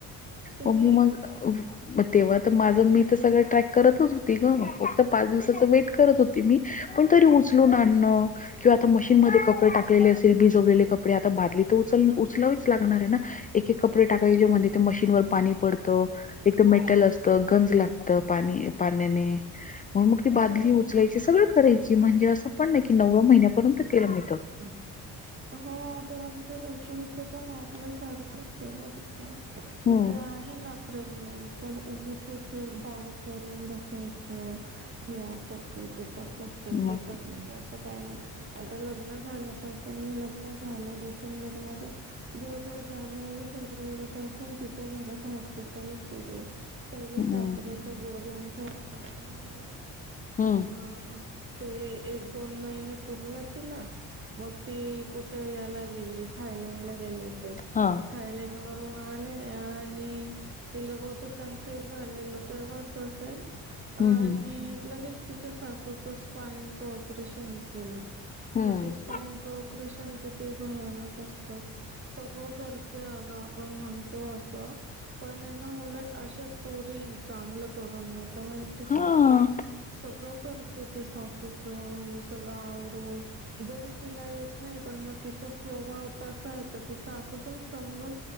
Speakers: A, on the right; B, on the left.
A: तरी
B: मममी मग तेव्हा तर माझं मी तर सगळं ट्रॅक. करतच होती ग फक्त पाच दिवसाच वेट करत होती मी पण तरी उचलूनून आणणं. किंवा आता मशीनमध्येध्ये कपडे टाकलेले असेल बिजवलेले कपडे आता बादली तर उचल उचलाच लागणार आहे ना. एक एक कपडे टाकायचे म्हणजे ते मशीनवर पाणी पडतं. एक तर मेटल असतं गंज लागत पाणी पाण्याने. मण ती
A: हा
B: बादली उचलायची करायची म्हणजे असं पण नाही की नवव्या महिन्यापर्यंत केलं मिळत.
A: हो आत्ता आमच्यारश्मीच पण आपल्या सारखं आहे बर का. म्हणजे
B: हम्म
A: आहे ना प्रेग्नेंट पण उगीचच भाऊकर. बसायच हे असच ते तस
B: म
A: ते त. असं काही नाही आता लग्न झाल्यापासून लग्न झालं डिसेंबर मध्ये जवळ जवळ जानेवारी फेब्रुवारी पासून तिच्या घरात हॉस्पिटलच सुरू आहे. पहिल्या
B: हम्म
A: सासऱ्याच गोडग्यांचं ऑपरेशन झालं
B: हम्म
A: अ ते एक दोन महिने पुरलं तिला. मग ती कुठ याला गेली थायलंडला गेले तर
B: हा
A: थायलंड. वरून आले आ णितिला बहुतेक कन्सिव्ह झालेलं तेव्हाच असेल.
B: हम्म
A: आणि
B: हम्म
A: लगेच तिच्या सासूचं स्पाईनच ऑपरेशन केलं.
B: हम्म
A: मग ते स्पाईनचं ऑपरेशन किती भयानक असत. सगळं करते अगं आपण म्हणतो असं. पण आहे ना उलट अशेच पुरी चांगलं करून नाही तर माहि ते
B: हा
A: का सगळं करते ते सासूचं म्हणजे सगळं आवरून. जरी तिला येत नाही पण मग तिचा स्वभाव त अस आहे तर ति सासू पण समजून.